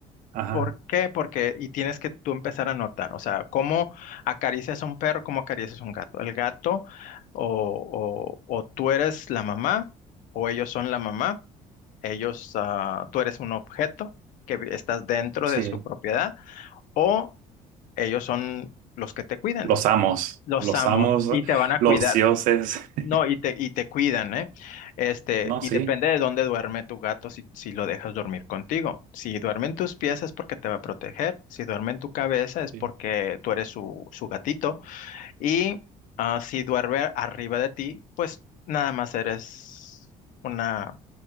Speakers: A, on the right (about 70°); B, on the left (about 65°).
A: Ajá,
B: ¿Por qué? Porque, y tienes que tú empezar a notar, o sea, cómo acaricias a un perro, cómo acaricias a un gato. El gato, o, o- o tú eres la mamá, o ellos son la mamá, ellos, ah, tú eres un objeto que vi- estás dentro
A: sí,
B: de su propiedad, o ellos son los que te cuidan,
A: los amos,
B: los
A: los
B: amos,
A: amos,
B: y te van a cuidar.
A: los dioses. <laughs>
B: No, y te, y te cuidan, ¿eh? Este,
A: No,
B: y
A: sí,
B: depende de dónde duerme tu gato si, si lo dejas dormir contigo. Si duerme en tus pies es porque te va a proteger. Si duerme en tu cabeza es
A: sí,
B: porque tú eres su, su gatito. Y ah, si duerme arriba de ti, pues nada más eres una,